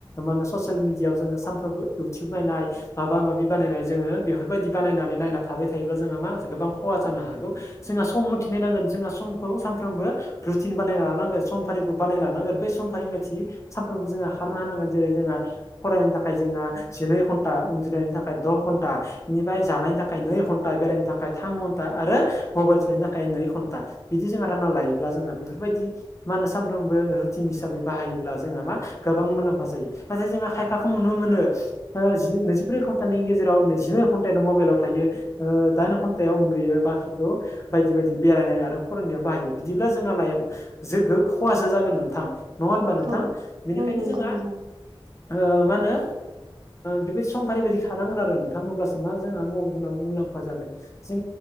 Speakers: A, on the left (about 30°); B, on the right (about 55°).
A: मा होनो ससियेल मिडियायाव जोङो सानफ्रोमबो इउटुब नायनाय माबा माबि बानायनाय जोङो बेफोरबायदि बानायनानै नायना थाबाय थायोब्ला जोंहा मा गोबां खहा जानो हागौ। जोंहा सम मथि नायनांगोन जोंहा समखौ सानफ्रोमबो रुटिन बानाय लानांगोन समफारिखौ बानायना लानांगोन बे समफारि मथि सानफ्रोमबो जोङो खारनो होनांगोन जेरै जोंहा फरायनो थाखाय जोंहा जिनै घन्टा उन्दुनायनि थाखाय द' घन्टा बेनिफ्राय जानायनि थाखाय नै घन्टा बेरायनो थाखाय थाम घन्टा आरो मबाइल थुनो थाखाय नै घन्टा बिदि जों रानना लायोब्ला जों बेफोरबायदि मा होनो सानफ्रोमबो रुटिन हिसाबै बाहायोब्ला जोंहा मा गोबां मुलाम्फा जायो नाथाय जोंहा खायफाखौ नुनो मोनो जि नैजिब्रै घन्टानि गेजेराव नैजिनै घन्टानो मबाइलाव थायो। दाइन घन्टायाव उन्दुयो, बाखिखौ बायदि बायदि बेरायनाय आरो फरायनायाव बाहायो बिदिब्ला जोंहा लाइ-जो-गो-खहासो जागोन नोंथां। नङा होनबा नोंथां?
B: औ
A: बेनिखायनो
B: औ नंगौ
A: जोंहा
B: नंगौ
A: मा होनो बेबायदि समफारि बायदि खारनांगोन आरो नोंथां अब्लासो <unintelligible> मुलाम्फा जागोन, जों